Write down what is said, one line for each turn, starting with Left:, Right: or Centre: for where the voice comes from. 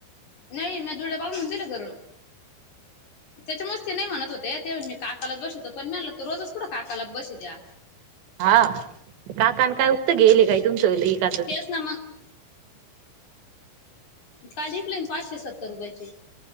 Left: नाही म जोड्या पावून दिलं करून त्याच्या मस्त ते नाही म्हणत होते ते मी काकालाच बसितो पण म्हलं तरो रोजच पुठं काकाला बसित्या
Right: हा काकान काय उक्त गेले काय तुमचं एकाचं
Left: तेच ना मग कालिकले पाचशे सत्तर रुपयाची